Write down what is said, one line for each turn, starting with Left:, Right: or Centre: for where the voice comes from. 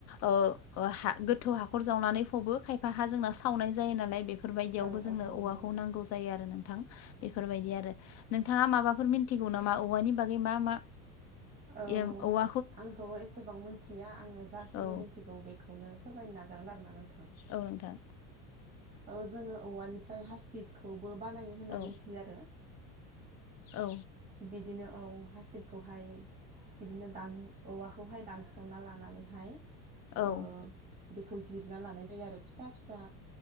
Left: ओ हा गोथौ हाखर जावनानै फबो खायफा हा जोंना सावनाय जायो नालाय बेफ बेफोरबायदियावबो
Right: औ
Left: जोंनो
Right: औ नंगौ
Left: औवाखौ नांगौ जायो आरो नोंथां। बेफोरबायदि आरो नोंथाङा माबाफोर मिन्थिगौ नामा औवानि बागै मा-मा
Right: औ
Left: एम औवा
Right: आंथ' एसेबां मिथिया आङो जाखिनि
Left: औ
Right: मिथिगौ बेखौनो फोरमायनो नाजागोन आरो ना नों
Left: औ नोंथां।
Right: औ जोङो औवानिफ्राय हासिबखौबो बानायो होनना
Left: औ
Right: मिथियो आरो।
Left: औ
Right: बिदिनो औ हासिबखौहाय बिदिनो दान औवाखौहाय दानसना लानानैहाय
Left: औ
Right: ओ बेखौ जिरना लानाय जायो आरो फिसा-फिसा